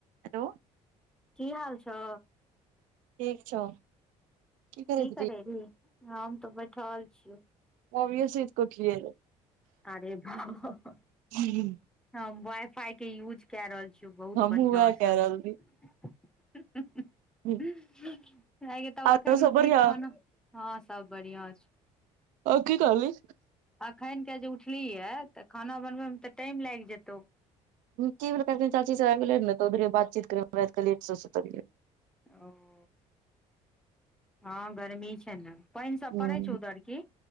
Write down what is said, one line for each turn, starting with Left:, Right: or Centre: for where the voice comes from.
Right: हेलो
Centre: की हाल छ
Right: ठीक छौ करैत
Centre: की करै
Right: रही
Centre: री हम तऽ बैठल छीयो
Right: ऑबिय सुती कें उठिलऐ रहा
Centre: अरे भा हह
Right: हुँ
Centre: हँ वाइ फाइके यूज कए रहल छिय बहुत
Right: हमहुँ
Centre: बढ़िआँसँ
Right: वएह कै
Centre: हुँ
Right: रहल
Centre: हुँहह
Right: रहियै
Centre: अंए गे तब
Right: आरो
Centre: एखन
Right: सब
Centre: उठलिह
Right: बढ़ियां
Centre: खाना हँ सभ बढ़िआँ छै
Right: अ की कहलि
Centre: अखैन के जे उठली य तऽ खाना बनबैमे तऽ टाइम लागि जेतौ
Right: की भेलै चाची सब आब गेले नेऽरे त उधरे बातची कर कलेट स सुतलियै
Centre: ओ हँ गर्मी छै ने पैन सब
Right: हूँ
Centre: पड़ै छौ उधर की